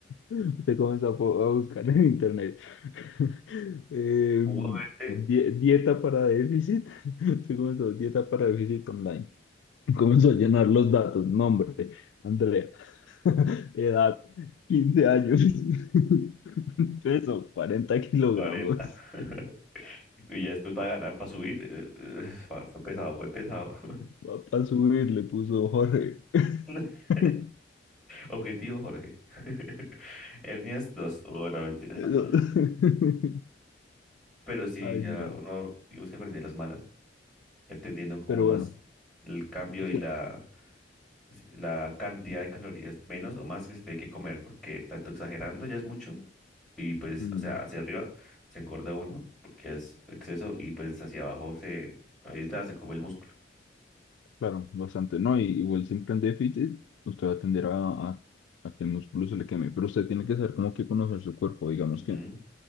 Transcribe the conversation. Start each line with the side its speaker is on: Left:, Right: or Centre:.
Left: <laughs> usted comenzó a, po- a buscar en internet <laughs> eh,
Centre: Hugo Verte.
Left: die- dieta para déficit. <laughs> Usted comenzó dieta para déficit online. <laughs> Comenzó a llenar los datos, nombre, Andrea, <laughs> edad, 15 años, <laughs> peso, 40 kilogramos.
Centre: 40. <laughs> Y ya después para ganar, para subir, eh, eh, <laughs> fa- fue pesado, fue pesado.
Left: Papá subir, le puso Jorge.
Centre: <laughs>
Left: <laughs>
Centre: Objetivo, Jorge. <laughs> Hernias, dos, bueno, mentira.
Left: Eso-
Centre: <laughs>
Left: <laughs>
Centre: Pero sí,
Left: Ay,
Centre: ya
Left: no.
Centre: uno, digamos que aprendí las malas, entendiendo como
Left: Pero
Centre: más
Left: bueno,
Centre: el cambio
Left: es
Centre: y
Left: que,
Centre: la, la cantidad de calorías menos o más que se tiene que comer, porque tanto exagerando ya es mucho. Y pues,
Left: mm,
Centre: o sea, hacia arriba se engorda uno porque es exceso y pues hacia abajo se, ahí está, se come el músculo.
Left: claro, bastante, ¿no? Y igual siempre en déficit, usted va a tender a, a- a que el músculo se le queme, pero usted tiene que saber cómo que conocer su cuerpo. Digamos
Centre: Ujú.
Left: que